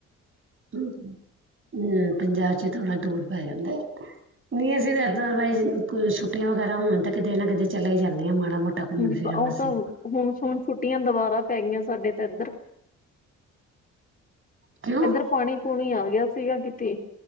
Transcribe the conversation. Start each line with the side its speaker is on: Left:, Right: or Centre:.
Right: ਹੂੰ - <unintelligible> ਪੰਜਾਬ 'ਚ ਥੋੜ੍ਹਾ ਦੂਰ ਪੈ ਜਾਂਦੈ। ਨਹੀ ਅਸੀ ਤਾਂ ਛੁੱਟੀਆਂ ਵਗੈਰਾ ਹੋਣ ਤਾਂ ਕਿਤੇ ਨਾ ਕਿਤੇ ਚਲੇ ਹੀ ਜਾਨੇ ਆਂ ਮਾੜਾ ਮੋਟਾ
Left: ਹਾਂਜੀ
Right: ਘੁੰਮਣ ਫਿਰਨ
Left: ਉਹ
Right: ਵਾਸਤੇ
Left: ਤਾਂ ਹੁਣ ਹੁਣ ਛੁੱਟੀਆਂ ਦੁਬਾਰਾ ਪੈ ਗਈਆਂ ਸਾਡੇ ਤਾਂ ਇੱਧਰ।
Right: ਕਿਉਂ
Left: ਏਧਰ ਪਾਣੀ ਪੂਣੀ ਆ ਗਿਆ ਸੀਗਾ ਕਿਤੇ,